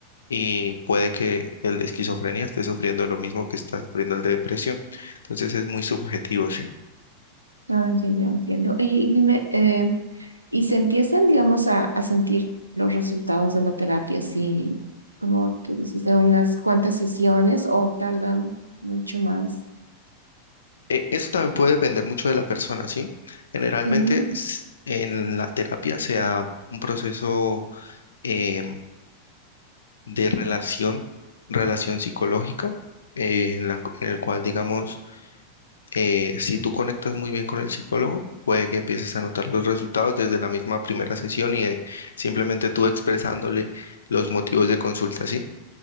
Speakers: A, on the left (about 70°); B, on the right (about 80°).
A: y puede que el de esquizofrenia esté sufriendo lo mismo que está sufriendo el de depresión. Entonces, es muy subjetivo, sí.
B: ah, ya, ya entiendo. Y, y dime, eh, ¿y se empiezan, digamos, a, a sentir los resultados de la terapia, sí, como tú dices, de unas cuantas sesiones o tardan mucho más?
A: eh, eso también puede depender mucho de la persona, ¿sí? Generalmente
B: Ujú,
A: s- en la terapia se da un proceso eh, de relación, relación psicológica, eh, en la cu- en el cual, digamos, eh, si tú conectas muy bien con el psicólogo, puede que empieces a notar los resultados desde la misma primera sesión y de simplemente tú expresándole los motivos de consulta, ¿sí?